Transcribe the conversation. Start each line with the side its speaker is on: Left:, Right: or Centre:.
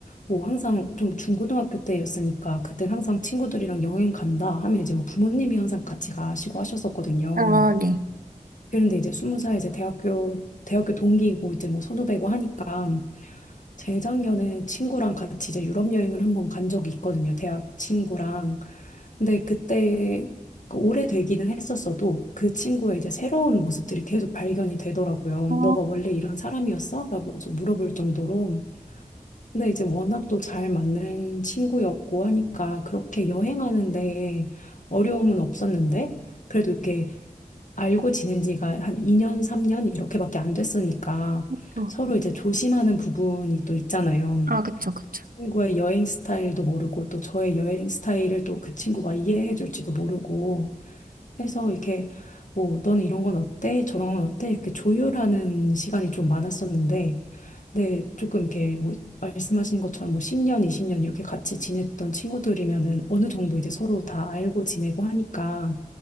Left: 뭐 항상 좀 중고등학교 때였으니까 그땐 항상 친구들이랑 여행 간다 하면 이제 뭐 부모님이 항상 같이 가시고 하셨었거든요.
Right: 아, 네.
Left: 그런데 이제 스무 살 이제 대학교 대학교 동기이고 이제 뭐 선후배고 하니까 재작년에 친구랑 같이 이제 유럽 여행을 한번 간 적이 있거든요. 대학 친구랑. 근데 그때 그 오래되기는 했었어도 그 친구의 이제 새로운 모습들이 계속 발견이 되더라고요.
Right: 아,
Left: 너가 원래 이런 사람이었어? 라고 좀 물어볼 정도로 근데 이제 워낙 또 잘 맞는 친구였고 하니까 그렇게 여행하는데 어려움은 없었는데 그래도 이게 알고 지낸 지가 한 2년, 3년 이렇게밖에 안 됐으니까
Right: 또.
Left: 서로 이제 조심하는 부분이 또 있잖아요.
Right: 아, 그쵸, 그쵸.
Left: 친구의 여행 스타일도 모르고 또 저의 여행 스타일을 또 그 친구가 이해해 줄지도 모르고 해서 이렇게 뭐 너는 이런 건 어때? 저런 건 어때? 이렇게 조율하는 시간이 좀 많았었는데 네, 조금 이렇게 뭐 말씀하신 것처럼 뭐 10년, 20년 이렇게 같이 지냈던 친구들이면은 어느 정도 이제 서로 다 알고 지내고 하니까